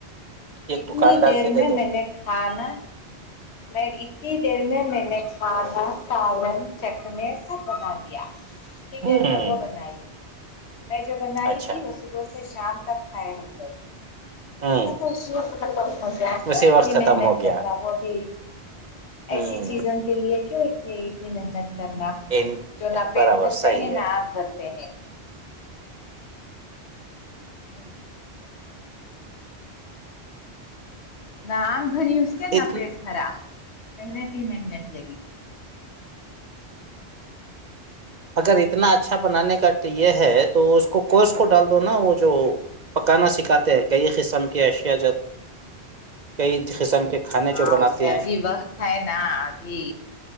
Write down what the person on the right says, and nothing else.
ایک
دکان ڈال
کے دے
دو
ہوں
اچھا
ہوں
اسی
وقت ختم
ہو گیا
ہوں
اینی-
برابر
صحیح
اتنا
اگر اتنا اچھا بنانے کا تو یہ ہے تو اس کو کورس کو ڈال دو نا وہ جو پکانا سکھاتے ہیں کئی قسم کے اشیاء کئی قسم کے کھانے
جو بناتے
ہیں